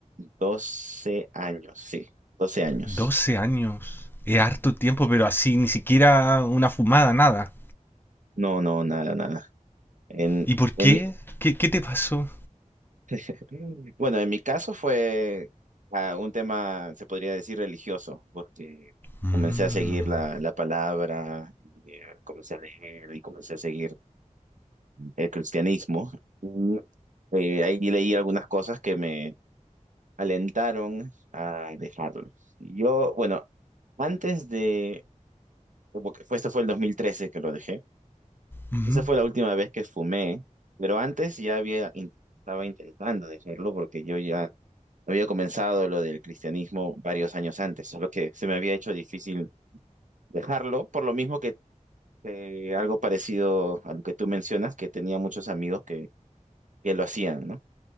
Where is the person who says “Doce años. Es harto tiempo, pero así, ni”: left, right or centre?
Left